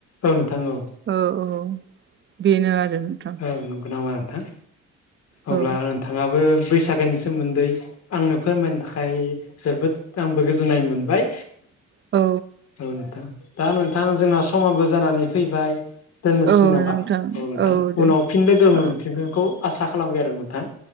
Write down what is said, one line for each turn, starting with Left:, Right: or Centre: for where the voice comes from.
Left: औ नोंथां औ।
Right: औ -औ बेनो आरो नोंथां।
Left: औ नंगौ नामा नोंथां अब्ला
Right: औ
Left: नोंथाङाबो बैसागोनि सोमोन्दै आंनो फोरमायनो थाखाय जोबोद आंबो गोजोननाय मोनबाय।
Right: औ
Left: औ नोंथां दा नोंथां जोंना समाबो जानानै फैबाय। दोननोसै
Right: औ
Left: नामा
Right: नोंथां
Left: औ नोंथां
Right: दे
Left: उनाव फिन लोगो
Right: औ
Left: मोनफिनगोनखौ आसा खालामबाय आरो नोंथां।